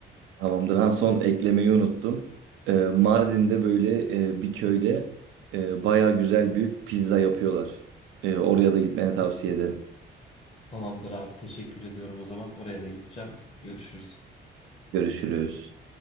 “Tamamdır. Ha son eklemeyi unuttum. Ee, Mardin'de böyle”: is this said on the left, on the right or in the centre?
Right